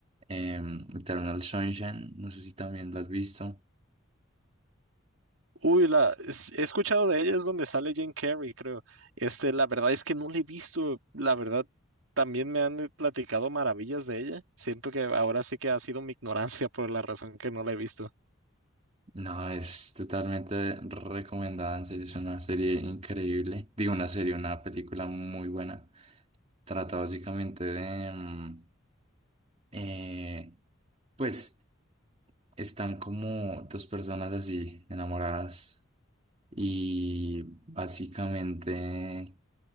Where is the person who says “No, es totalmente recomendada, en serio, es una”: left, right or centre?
Right